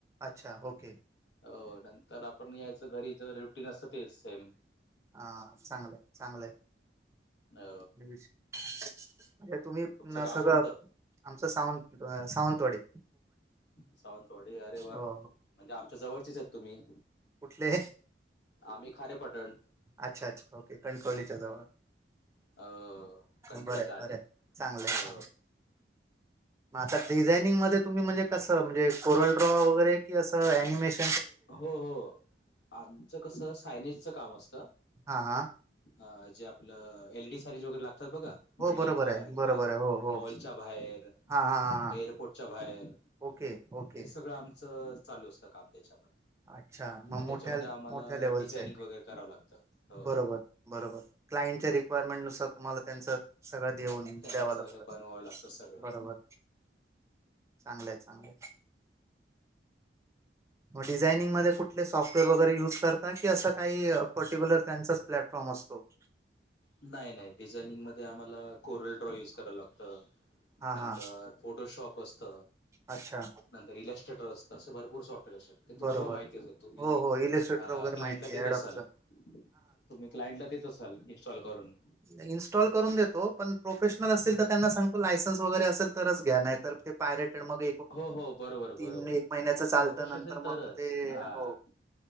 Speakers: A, on the right; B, on the left.
A: अच्छा ओके.
B: हो नंतर आपण यायच घरी जो रुटीन असतं तेच सेम.
A: हा चांगलंय चांगलंय
B: अ
A: म्हणजे तुम्ही
B: तुमचं गाव
A: सगळं,
B: कोणतं
A: आमचं सावन सावंतवाडी.
B: सावंतवाडी अरे वा,
A: हो
B: म्हणजे आमच्या जवळचीच आहेत तुम्ही.
A: कुठंले?
B: आम्ही खारेपटण.
A: अच्छा अच्छा ओके कणकवलीच्या जवळ.
B: अ कणकोलीच्या
A: बरं
B: आधी
A: बर चांगलंय.
B: अ
A: आता डिझाइनिंग मध्ये तुम्ही म्हणजे कसं, म्हणजे कोरल ड्रॉ वगैरे की अस ॲनिमेशन.
B: हो हो आमचं कसं सायनीजच काम असतं
A: हा हा
B: अ जे आपलं एल डी े लातात ब
A: हो
B: बिल्डिंग
A: बरोबर
B: व
A: आहे
B: किंवा
A: बरोबर आहे हो हो
B: मॉलच्या बाहेर
A: हा हा हा हा.
B: एअरपोर्टच्या बाहेर
A: ओके ओके
B: हे सगळं आमचं चालू असतं काम त्याच्यामध्ये
A: अच्छा मग
B: त्याच्यामध्ये
A: मोठ्या
B: आम्हाला
A: मोठ्या लेवलच
B: डिझायनिंग
A: आहे
B: वगैरे करावं लागतं हो
A: बरोबर बरोबर क्लांटच्या र्यमेंटनुसार तुम्हाला त्यांचं सगळ दे
B: त्यांचं
A: द्याव लागत
B: हे बनवावं लागतं सगळं
A: बरोबर चांगलंय चांगलं मग डिझाइनिंगध्ये कुठले सॉफ्टवेअर वगैरे युज करता की असं काही पर्टिक्युलर त्यांचा प्लॅटफॉर्म समस्त
B: नाही नाही डिझायनिंग म आम्हाला कोरल ड्रॉ यूज कराय लागत
A: हा
B: नंतर
A: हा
B: फोटोशॉप असत
A: अच्छा
B: नंतर इलस्टेट रस्त अस भरपूर सॉफ्ट तुम्हाला
A: बरोबर
B: माहिती असे तुम्ही
A: हो हो इलिस्ट्रेटर वगैरे
B: क्लाइंटला
A: माहिती
B: देत
A: आहे ॲडॉबचं
B: असाल तुम्ही क्लाइंट ला देत असाल इन्स्टॉल करून
A: इनस्टॉल करून देतो पण प्रोफेशनल असेल तर त्यांना सांगतो लायसन् वगरे असेल तरच घ्या नाही तर तेयट मग
B: हो हो बरोबर
A: तीन
B: बरोबर
A: एक महिन्याच चालतं
B: प्रोफेश असेल तरच
A: मग ते
B: हा
A: हो